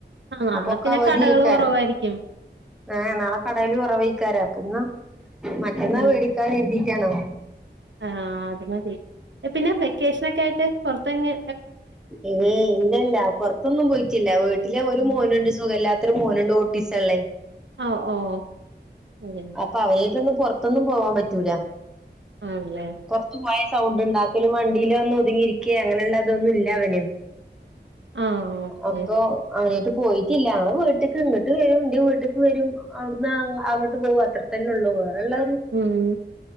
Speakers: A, on the right; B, in the centre.
A: ആഹ് നാളെ
B: അപ്പൊ ഒക്കെ
A: പിന്നെ
B: അവധി
A: കടകള്
B: അയ്ക്കാരം
A: കൊറവായിരിക്കും
B: ഏ നാളെ കടഎല്ലാം കുറവെയ്ക്കാരം അപ്പന്നാ മറ്റന്നാ
A: ഉം
B: വേടി ക്കാ കര്തീട്ടാണോ
A: ആഹ് അത് മതി എ പിന്നെ <unintelligible> വെക്കേഷനൊക്കെ ആയിട്ട് പുറത്തങ്ങ്
B: ഇവേ ഇല്ലല്ല പുറത്തൊന്നും പോയിട്ടില്ല വീട്ടില് ഒരു മോനുണ്ട് സുഖമല്ലാത്തൊരു മോന്ണ്ട് ഓട്ടിസള്ളേ
A: ഓ ഓ അതെ
B: അപ്പൊ അവന ആയ്ട്ടൊന്നും പുറത്തൊന്നും പോവാാൻ പറ്റൂല
A: ആണ് ല്ലേ
B: കൊറത്ത് പോയ സൗണ്ട്ണ്ടാക്കലും വണ്ടിയില് ഒന്ന് ഒതുങ്ങിയിരിക്കേ അങ്ങനെയുള്ളള്ളതൊന്നും ഇല്ല അവന്
A: ആഹ് ഓക്കെ
B: അപ്പൊ അങ്ങനട്ട് പോയിട്ടില്ല ഞങ്ങള് വീട്ട്ക്ക് ഇങ്ങട്ട് വരും എന്റെ വീട്ട്ക്ക് വരും അവിടുന്ന് അവി പോവും അത്ര തന്നെ ഉള്ളൂ വേറെ ള്ള
A: ഉം